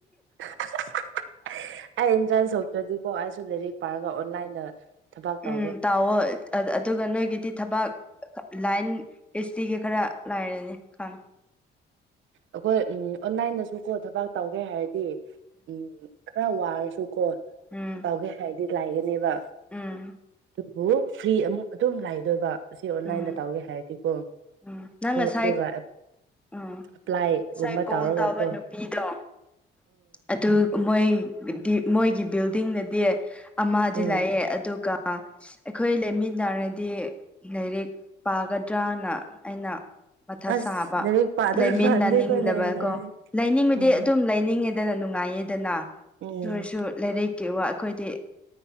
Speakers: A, on the right; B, in the centre.
A: <unintelligible> ꯑꯩ ꯑꯦꯟꯇ꯭ꯔꯥꯟꯁ ꯊꯣꯛꯗ꯭ꯔꯗꯤꯀꯣ ꯑꯩꯁꯨ ꯂꯥꯏꯔꯤꯛ ꯄꯥꯔꯒ ꯑꯣꯟꯂꯥꯏꯟꯗ ꯊꯕꯥꯛ ꯇꯧꯒꯦ
B: ꯎꯝ ꯇꯥꯎꯋꯣ ꯑꯗꯨꯒ ꯅꯣꯏꯒꯤꯗꯤ ꯊꯕꯛ ꯂꯥꯏꯟ ꯑꯦꯁ ꯇꯤꯒꯤ ꯈꯔ ꯂꯥꯏꯔꯅꯤ ꯈꯪꯉꯦ
A: ꯑꯈꯣꯏ ꯎꯝ ꯑꯣꯟꯂꯥꯏꯟꯗꯁꯨ ꯀꯣ ꯊꯕꯥꯛ ꯇꯧꯒꯦ ꯍꯥꯏꯔꯗꯤ ꯎꯝ ꯈꯔ ꯋꯥꯔꯁꯨꯀꯣ
B: ꯎꯝ
A: ꯇꯧꯒꯦ ꯍꯥꯏꯗꯤ ꯂꯥꯏꯒꯅꯦꯕ
B: ꯎꯝ
A: ꯑꯗꯨꯕꯨ ꯐ꯭ꯔꯤ ꯑꯃꯨꯛ ꯑꯗꯨꯝ ꯂꯥꯏꯗꯣꯏꯕ ꯑꯁꯤ ꯑꯣꯟꯂꯥꯏꯟꯗ
B: ꯎꯝ
A: ꯇꯧꯒꯦ ꯍꯥꯏꯔꯗꯤꯀꯣ
B: ꯎꯝ ꯅꯪ ꯉꯁꯥꯏ
A: ꯑꯗꯨꯒ
B: ꯎꯝ
A: ꯄ꯭ꯂꯥꯏꯒꯨꯝꯕ
B: ꯉꯁꯥꯏ ꯀꯣꯜ
A: ꯇꯧꯔꯒꯀꯣ
B: ꯇꯧꯕ ꯅꯨꯄꯤꯗꯣ ꯑꯗꯨ ꯃꯣꯏ ꯃꯣꯏꯒꯤ ꯕꯤꯜꯗꯤꯡꯗꯗꯤ ꯑꯃꯗꯤ
A: ꯎꯝ
B: ꯂꯩꯑꯦ ꯑꯗꯨꯒ ꯑꯈꯣꯏ ꯂꯩꯃꯤꯟꯅꯔꯗꯤ ꯂꯥꯏꯔꯤꯛ ꯄꯥꯒꯗ꯭ꯔꯅ ꯑꯩꯅ ꯃꯊꯛ
A: ꯑꯁ
B: ꯁꯥꯕ
A: ꯂꯥꯏꯔꯤꯛ ꯄꯥꯗꯣꯏ
B: ꯂꯩꯃꯤꯟꯅꯅꯤꯡꯗꯕ
A: ꯃꯥꯟꯗꯦ ꯑꯩꯈꯣꯏ ꯂꯩꯔꯤ ꯂꯩꯔꯤ
B: ꯀꯣ ꯂꯩꯅꯤꯡꯕꯗꯤ
A: ꯎꯝ
B: ꯑꯗꯨꯝ ꯂꯩꯅꯤꯡꯉꯤ ꯗꯅ ꯅꯨꯡꯉꯥꯏꯌꯦꯗꯅ
A: ꯎꯝ
B: ꯗꯨ ꯑꯣꯏꯔꯁꯨ ꯂꯥꯏꯔꯤꯛ ꯀꯩꯋꯥ ꯑꯈꯣꯏꯗꯤ